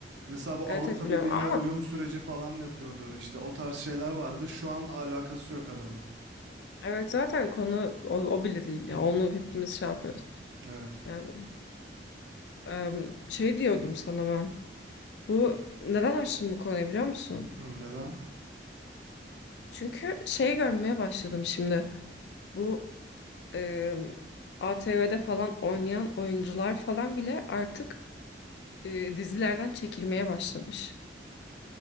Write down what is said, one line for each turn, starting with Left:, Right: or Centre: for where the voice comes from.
Right: Mesela bu
Left: Evet
Right: Avrupa
Left: evet biliyorum
Right: Birliği'ne
Left: ama
Right: uyum süreci falan yapıyordu. İşte o tarz şeyler vardı. Şu an alakası yok adamın.
Left: evet zaten konu o, o bile değil ya. Onu hepimiz şey yapıyoruz.
Right: Evet.
Left: Yani em, şey diyordum sana ben. Bu neden açtım bu konuyu biliyor musun?
Right: Hı, neden?
Left: Çünkü şey görmeye başladım şimdi. Bu e, ATV'de falan oynayan oyuncular falan bile artık e, dizilerden çekilmeye başlamış.